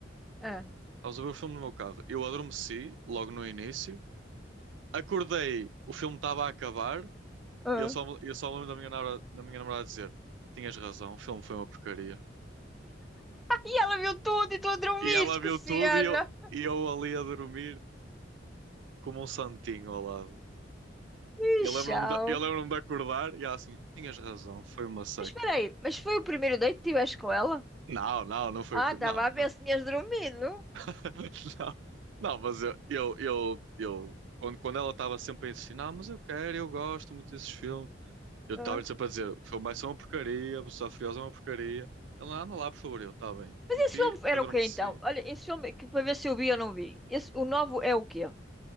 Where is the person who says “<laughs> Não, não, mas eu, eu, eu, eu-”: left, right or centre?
Right